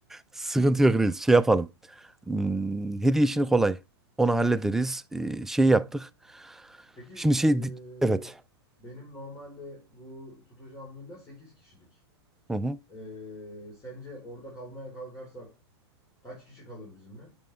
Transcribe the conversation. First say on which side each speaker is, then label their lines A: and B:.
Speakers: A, in the centre; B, on the left.
A: Sıkıntı yok reis. Şey yapalım. Hmm, hediye işini kolay. Onu hallederiz. Ee, şey
B: hı.
A: yaptık.
B: Peki
A: Şimdi şey...
B: eee,
A: di- Evet.
B: benim normalde bu tutacağım villa 8 kişilik.
A: Hı hı.
B: Eee, sence orada kalmaya kalkarsak kaç kişi kalır bizimle?